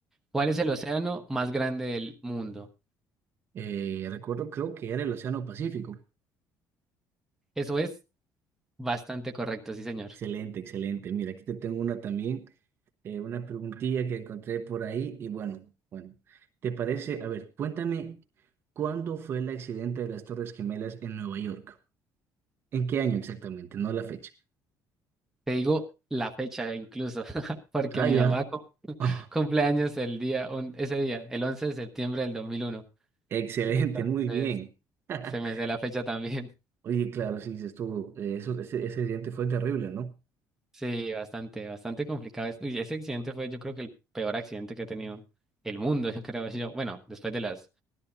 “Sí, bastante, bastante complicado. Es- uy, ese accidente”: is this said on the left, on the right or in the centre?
Centre